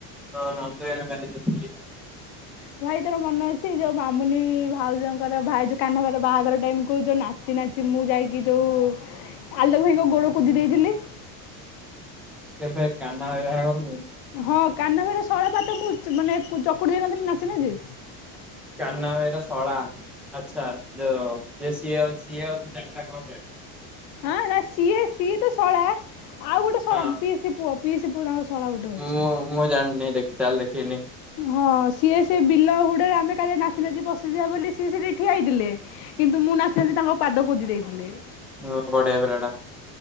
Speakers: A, in the centre; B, on the left.
A: ହଁ ନନ୍ଦ ଭାଇ ଙ୍କ ମ୍ୟାରେଜ ରେ ଥିଲି।
B: ଭାଇ ତୋର ମନ ଅଛି ଯୋଉ ମାମୁନି ଇ ଭାଉଜଙ୍କର ଭାଇ ଯୋଉ କାହ୍ନା ଭାଇର ବାହାଘର ଟାଇମ କୁ ଯୋଉ ନାଚି ନାଚି ଚି ମୁଁ ଯାଇକି ଯଉ ଆଲୋକ ଭାଇଙ୍କ ଗୋଡ଼ କୁଦି ଦେଇଥିଲି।
A: କେବେ କାହ୍ନାଭାଇ ବାହାଘରକୁ?
B: ହଁ କାହ୍ନା ଭାଇର ଶଳା ପାଦ ମୁଁ ମାନେ ଚକୁଡି ଦେଇନଥିଲି ନାଚିନାଚି।
A: କାହ୍ନା ଭାଇର ଶଳା ଆଚ୍ଛା ଯୋଉ ଯ ସିଏ ସିଏ ଅ ଚଟାର୍ଡ଼ ଆକାଉଣ୍ଟଟ।
B: ହଁ ନା ସିଏ ସିଏ ତ ଶଳା ଆଉ ଗୋଟେ ଶଳା
A: ହଁ
B: ପିଇସି ପୁଅ ପିଇସି ପୁଅ ତାଙ୍କର ଶଳା ଗୋଟେ ଅଛି।
A: ମୁଁ ମୁଁ ଜାଣିନି ଦେଖି ତାହେଲେ ଦେଖେଇିନି।
B: ହଁ ସିଏ ସେ ବିଲ ହୁଡରେ ଆମେ କାଲି ନାଚ ନାଚି ପଶିଯିବା ବୋଲି ସିଏ ସେଠି ଠିଆ ହେଇଥିଲେ। କିନ୍ତୁ ମୁଁ ନାଚି ନାଚି ତାଙ୍କ ପାଦ କୋଦି ଦେଇଥିଲି।
A: ହଁ ବଢିଆ ପିଲଟା।